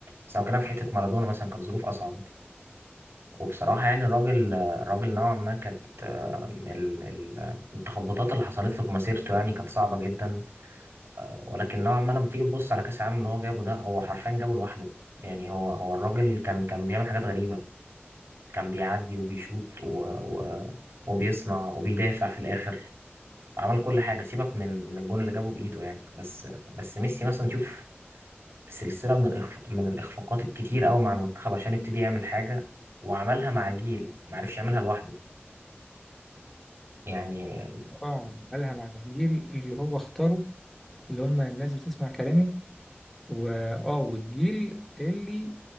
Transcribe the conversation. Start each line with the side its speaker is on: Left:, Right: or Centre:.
Right: بس هو كلام في حتة مارادونا مثلا كانت ظروف أصعب وبصراحة يعني الراجل الراجل نوعا ما كانت آه، ال- ال- التخبطات اللي حصلت له في مسيرته يعني كانت صعبة جدا آه، ولكن نوعا ما لما تيجي تبص على كأس العالم اللي هو جابه ده هو حرفيا جابه لوحده يعني هو هو الراجل كان كان بيعمل حاجات غريبة كان بيعدي وبيشوط و... و... وبيصنع وبيدافع في الآخر عمل كل حاجه سيبك من من الجون اللي جابه بايده يعني بس بس ميسي مثلا شوف سلسله من الإخف... من الاخفاقات الكتير قوي مع المنتخب عشان يبتدي يعمل حاجه وعملها مع جيل ما عرفش يعملها لوحده يعني
Centre: اه عملها مع الجيل اللي هو اختاره اللي هم الناس بتسمع كلامي واه والجيل اللي